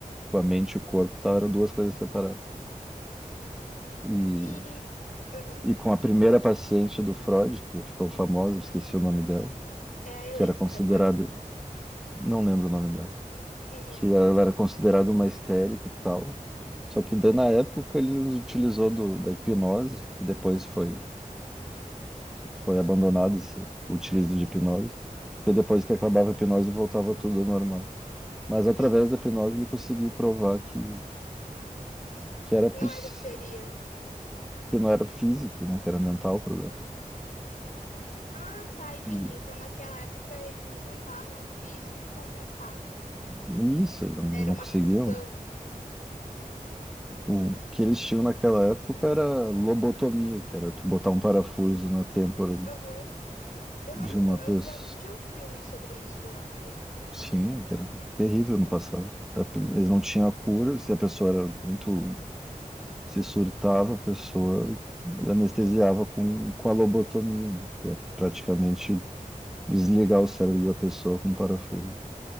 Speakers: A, in the centre; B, on the left.
A: com a mente e o corpo, tá? Eram duas coisas separadas. E,
B: E. Aham.
A: e com a primeira paciente do Freud, que ficou famosa, esqueci o nome dela,
B: É a Electra,
A: que era considerada,
B: não é?
A: não lembro o nome dela,
B: Uhum.
A: que ela era considerada uma histérica e tal. Só que daí, na época ele os utilizou do, da hipnose, que depois foi Foi abandonado esse- o utilizam de hipnose, porque depois que acabava a hipnose voltava tudo ao normal. Mas através
B: Uhum.
A: da hipnose ele conseguiu provar que, que era poss...
B: Não era que seria.
A: que não era físico, né, que era mental o problema.
B: Ah, tá, entendi.
A: E,
B: Então, naquela época, eles juntavam o físico com o mental.
A: e isso, eles não
B: Era
A: não
B: uma
A: conseguiam.
B: fusão.
A: O que eles tinham naquela época era lobotomia, que era tu botar um parafuso na têmpora
B: Aham. Eu
A: de
B: lembro,
A: uma
B: eu
A: pessoa.
B: já assisti um filme sobre isso, eu acho.
A: Sim, que era terrível no passado. A- pe- Eles não tinham a cura, se a pessoa era muito se surtava a pessoa, anestesiava
B: Uhum.
A: com, com a lobotomia, né? que é praticamente desligar o cérebro da pessoa com um parafuso.